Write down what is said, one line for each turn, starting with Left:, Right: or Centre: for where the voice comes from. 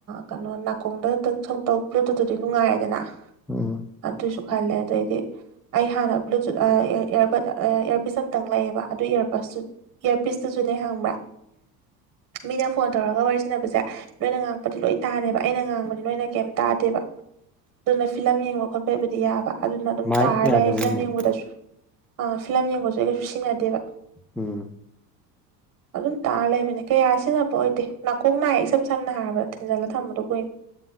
Right: ꯀꯩꯅꯣ ꯅꯥꯀꯣꯡꯗ ꯈꯤꯇꯪ ꯁꯇꯧ ꯕ꯭ꯂꯨꯇꯨꯠꯇꯨꯗꯤ ꯅꯨꯡꯉꯥꯏꯔꯦꯗꯅ
Centre: ꯎꯝ
Right: ꯑꯗꯨꯁꯨ ꯈꯜꯂꯦ ꯑꯗꯨꯑꯣꯏꯗꯤ ꯑꯩ ꯍꯥꯟꯅ ꯕ꯭ꯂꯨꯇꯨꯠ ꯏꯔꯔꯕꯠ ꯏꯔꯕꯤꯁ ꯑꯝꯇꯪ ꯂꯩꯌꯦꯕ ꯑꯗꯨ ꯏꯌꯥꯔꯄꯁꯁꯨ ꯏꯌꯥꯔꯄꯤꯁꯇꯨꯁꯨꯅꯦ ꯍꯪꯕ꯭ꯔꯥ ꯃꯤꯅ ꯐꯣꯟ ꯇꯧꯔꯒ ꯋꯥꯔꯤ ꯁꯟꯅꯅꯕꯁꯦ ꯅꯣꯏꯅ ꯉꯥꯡꯉꯛꯄꯗꯤ ꯂꯣꯏ ꯇꯥꯅꯦꯕ ꯑꯩꯅ ꯉꯥꯡꯕꯅꯤ ꯅꯣꯏꯅ ꯀꯩꯝ ꯇꯥꯗꯦꯕ ꯑꯗꯨꯅ ꯐꯤꯂꯝ ꯌꯦꯡꯕ ꯈꯣꯠꯄ ꯑꯩꯈꯣꯏꯕꯨꯗꯤ ꯌꯥꯕ ꯑꯗꯨꯅ ꯑꯗꯨꯝ
Centre: ꯃꯥꯏꯛ
Right: ꯇꯥꯔ
Centre: ꯌꯥꯗꯕꯩꯅꯦ
Right: ꯂꯩ ꯐꯤꯂꯝ ꯌꯦꯡꯕꯗꯁꯨ ꯑꯥ ꯐꯤꯂꯝ ꯌꯦꯡꯕꯁꯨ ꯑꯩ ꯀꯩꯁꯨ ꯁꯤꯟꯅꯗꯦꯕ
Centre: ꯎꯝ
Right: ꯑꯗꯨꯝ ꯇꯥꯔ ꯂꯩꯕꯅꯦ ꯀꯌꯥ ꯁꯤꯖꯤꯟꯅꯕ ꯑꯣꯏꯗꯦ ꯅꯥꯀꯣꯡ ꯅꯥꯏꯌꯦ ꯏꯁꯝ ꯁꯝꯅ ꯍꯥꯏꯔꯕꯗ ꯊꯤꯟꯖꯤꯜꯂꯒ ꯊꯝꯕꯗꯣ ꯀꯨꯏꯅ